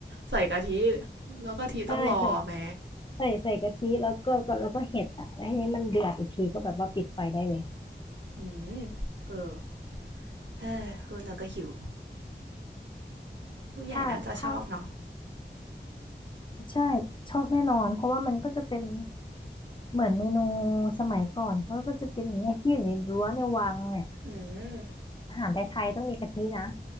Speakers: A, on the right; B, on the left.
A: ใส่กะทิแล้วกะทิต้องรอแหม
B: ใช่ใส่ใส่ใส่กะทิแล้วก็ก็แล้วก็เห็ดอะแล้วทีนี้มันเดือดอีกทีก็แบบว่าปิดไฟได้เลย
A: อืมเออเออพูดแล้วก็หิวผู้ใหญ่น่าจะชอบเนาะ
B: ถ้าถ้าใช่ชอบแน่นอนเพราะว่ามันก็จะเป็น เหมือนเมนูสมัยก่อนเขาก็จะกินอย่างเงี้ยที่อยู่ในรั้วในวังเนี่ย
A: อืม
B: อาหารไทยๆต้องมีกะทินะ